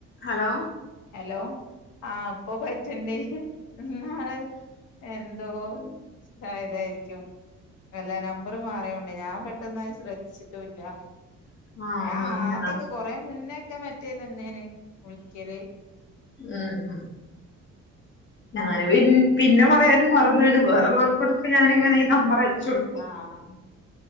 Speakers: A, on the left; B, on the left.
A: Hello
B: hello ആഹ് ഇപ്പ പറ്റ്ണ്ട് ഇന്നാള് എന്തോ
A: ഉം
B: ഇതായതായിരിക്കും. അല്ല നമ്പറ് മാറിയോണ്ടേ ഞാൻ പെട്ടെന്നത് ശ്രദ്ധിച്ചിട്ടൂല്ല
A: ആഹ്
B: ഞാൻ
A: ആഹ് ഞാ
B: ആദ്യൊക്കെ കൊറേ മുന്നെക്കെ മറ്റേതന്നേന് വിളിക്കല്
A: ഉം ഉം ഞാന് പിൻ പിന്നെ പറയാനും മറന്നേണ് വേറെള്ളോർക്കൊട്ക്ക ഞാനിങ്ങനെ ഈ നമ്പറ ച്ചൊടുക്കും
B: ആഹ്